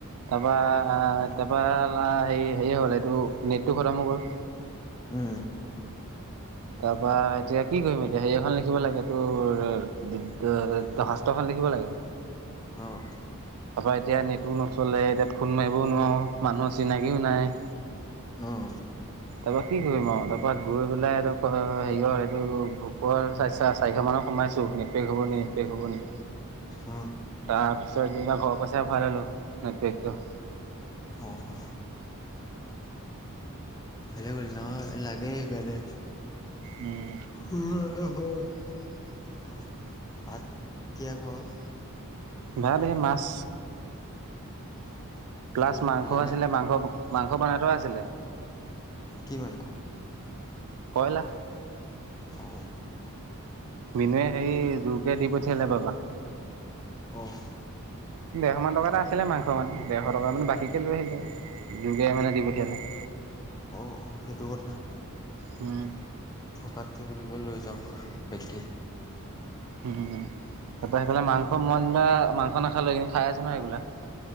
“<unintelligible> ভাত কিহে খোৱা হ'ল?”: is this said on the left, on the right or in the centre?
Left